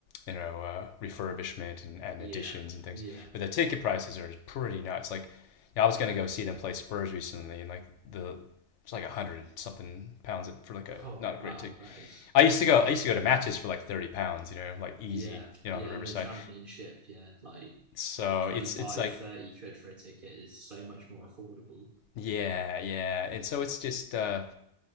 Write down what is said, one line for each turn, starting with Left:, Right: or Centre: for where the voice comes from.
Left: you know uh, refurbishment and, and
Right: Yeah,
Left: additions and things,
Right: yeah.
Left: but the ticket prices are pretty nuts. Like, yeah, I was gonna go see them play Spurs recently, and like the it's like a hundred something pounds for like a
Right: Oh
Left: not
Right: wow,
Left: a great ticket.
Right: that is
Left: I used
Right: crazy.
Left: to go. I used to go to matches for like thirty pounds. You know, like easy.
Right: Yeah,
Left: You
Right: yeah.
Left: know, on the Riverside.
Right: In the Championship, yeah, like
Left: So
Right: twenty
Left: it's
Right: five,
Left: it's like
Right: 30 quid for a ticket is so much more affordable.
Left: yeah, yeah. And so it's just uh,